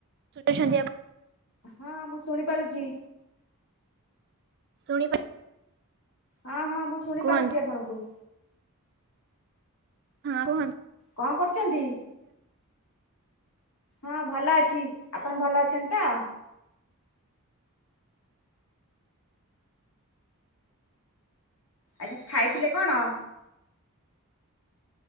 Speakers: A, on the right; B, on the left.
A: <inaudible>
B: ହଁ ମୁଁ ଶୁଣି ପାରୁଚି।
A: ଶୁଣିପାରୁ
B: ହଁ ହଁ ମୁଁ ଶୁଣିପାରୁଚି
A: କୁହନ୍ତୁ
B: ଆପଣଙ୍କୁ
A: ହଁ କୁହନ
B: କଣ କରୁଛନ୍ତି? ହଁ ଭଲ ଅଛି ଆପଣ ଭଲ ଅଛନ୍ତି ତ? ଆଜି ଖାଇଥିଲେ କଣ?